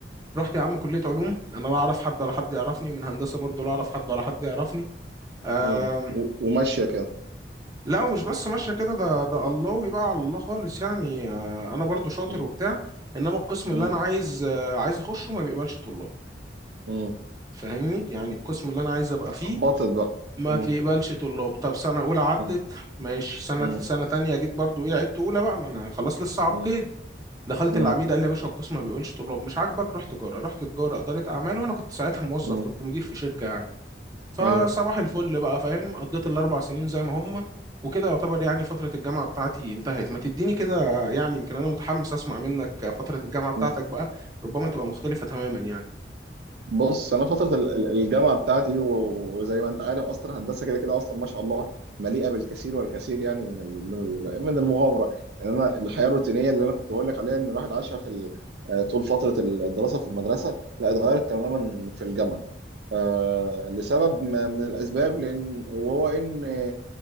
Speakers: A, on the right (about 20°); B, on the right (about 70°).
A: رحت يا عم كليه علوم انا لا اعرف حد ولا حد يعرفني ومن هندسه برضه لا اعرف حد ولا حد يعرفني آم...
B: مم. و- وماشيه كده
A: لا ومش بس ماشيه كده ده ده الله بقى على الله خالص يعني آه، انا برضه شاطر
B: مم.
A: وبتاع انما القسم
B: مم.
A: اللي انا عايز آه، عايز اخشه ما بيقبلش طلاب
B: مم.
A: فاهمني يعني القسم اللي انا عايز ابقى
B: فخبطت
A: فيه
B: بقى
A: ما
B: مم.
A: بيقبلش طلاب طب سنه اولى عدت
B: مم.
A: ماشي سنه
B: مم.
A: سنه تانية جيت برضو ايه عدت اولى بقى ما انا خلاص لسه عقيد
B: مم.
A: دخلت
B: مم.
A: العميد قال لي يا باشا القسم ما بيقبلش طلاب مش عاجبك روح تجاره رحت تجاره اداره اعمال وانا كنت ساعتها موظف
B: مم.
A: كنت مدير في شركه يعني فصباح
B: ايوه
A: الفل بقى فاهم قضيت الاربع سنين زي ما هم وكده يعتبر يعني فتره الجامعه بتاعتي انتهت ما تديني كده يعني يمكن انا متحمس اسمع منك فتره الجامعه بتاعتك
B: مم.
A: بقى ربما تبقى مختلفه تماما يعني
B: بص انا فتره ال- ال- الجامعه بتاعتي و- وزي ما انت عارف اصلا هندسه كده كده اصلا ما شاء الله مليئه بالكثير والكثير يعني من ال- من ال- من المغامره يعني انا الحياه الروتينيه اللي انا كنت بقول لك عليها ان الواحد عاشها في ال- آه، طول فتره الدراسه في المدرسه لا اتغيرت تماما في الجامعه آه لسبب ما- من الأسباب لأن وهو إن ال-